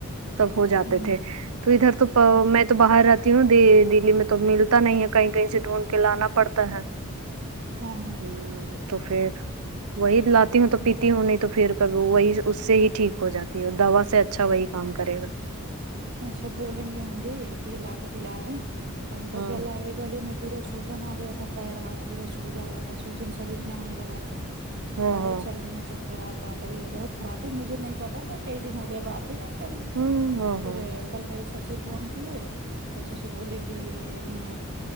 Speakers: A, on the right; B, on the right.
A: تب ہو جاتے
B: ہوں ہوں
A: تھے تو ادھر تو
B: ہوں
A: میں تو باہر رہتی ہوں د دلی میں تو ملتا نہیں ہے کہیں کہیں سے ڈھونڈ کلانا پڑتا ہے
B: ہاں
A: ہوں تو پھر وہی لاتی ہوں تو
B: اچھا
A: پیتی ہوں نہیں تو پھر کبھی وہی اس سے ہی ٹھیک ہو جاتی ہے دوا سے اچھا وہی کام کرے گا
B: اچھا بولیں گے ہم بھی کہ لا کے پلا دیں اور ان کا
A: ہوں
B: گلا ایک گلے میں پورا سوجن آ گیا تھا پیر ہاتھ پورا سوجن آیا تھا سوجن شریر میں آنے لگا تھا
A: ہاں
B: اور
A: ہاں
B: چلنے میں چک خراب تھا طبیعت بہت خراب تھی مجھے نہیں پتہ میں کئی دن ہو گئے بات ہی نہیں کری
A: ہوں ہاں
B: پھر
A: ہاں
B: کل میرے سسر فون کیے تو سسر بولے کہ اپ نے